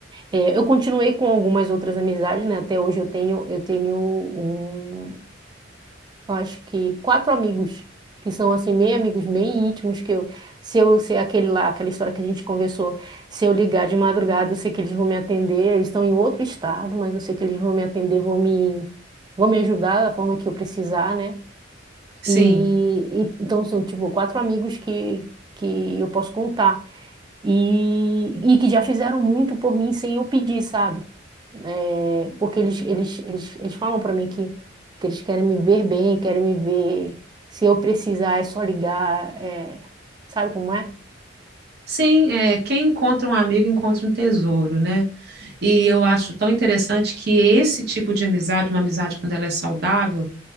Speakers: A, on the right; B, on the right.
A: Eh, eu continuei com algumas outras amizades, né? Até hoje eu tenho, eu tenho um eu acho que quatro amigos, que são assim, meio amigos, meio íntimos, que eu, se eu sei aquele lá, aquela história que a gente conversou, se eu ligar de madrugada, eu sei que eles vão me atender, eles estão em outro estado, mas eu sei que eles vão me atender, vão me, vão me ajudar da forma que eu precisar, né?
B: sim.
A: E, e então são tipo quatro amigos que, que eu posso contar e, e que já fizeram muito por mim sem eu pedir, sabe? É, porque eles, eles, eles, eles falam para mim que, que eles querem me ver bem, querem me ver. Se eu precisar, é só ligar. é, sabe como é?
B: Sim, é, quem encontra um amigo encontra um tesouro, né? E eu acho tão interessante que esse tipo de amizade, uma amizade quando ela é saudável,